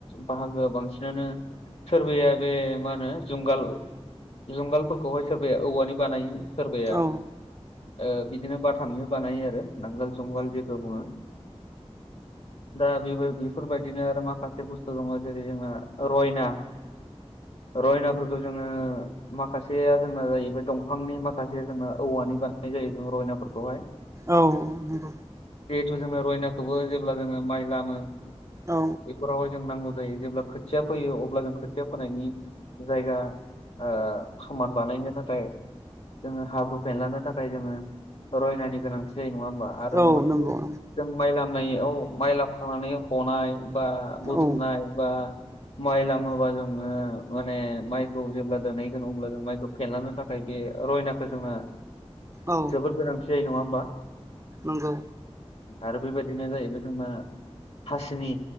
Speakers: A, on the left (about 70°); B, on the right (about 25°).
A: बाहागोआ बांसिनानो सोरबाया बे मा होनो जुंगाल जुंगालफोरखौहाय सोरबाया औवानि बानायो सोरबाया
B: औ
A: ओ बिदिनो बाथामनिबो बानायो आरो नांगोल जुंगाल जेखौ बुङो दा बेबो बेफोरबायदिनो आरो माखासे बुस्थु दङ जेरै जोंना रयना रयनाफोरखौ जोङो माखासेया जोंना जाहैबाय दंफांनि माखासे जोंना औवानि बानायनाय जायो जों रयनाफोरखौहाय।
B: औ नं
A: जिहेथु जोङो रयनाखौबो जेब्ला जोङो माइ लामो
B: औ
A: बेफोरावहाय जों नांगौ जायो जेब्ला खोथिया फैयो अब्ला जों खोथिया फोनायनि जायगा ओ समान बानायनो थाखाय जोङो हाब्रु फेनलानो थाखाय जोङो रयनानि गोनांथि जायो नङा होमबा आरो
B: औ
A: नङाखि
B: नंगौ नंगौ
A: जों माइ लामनायाव माइ लामखांनानै हनाय बा बुथुमनाय
B: औ
A: बा माइ लामोबा जोङो माने माइखौ जेब्ला दोनहैगोन अब्ला जों माइखौ फेनलांनो थाखाय ज रयनाखौ जोंना
B: औ
A: जोबोद गोनांथि जायो नङा होमबा?
B: नंगौ
A: आरो बे बायदिनो जाहैबाय जोंबना हासिनि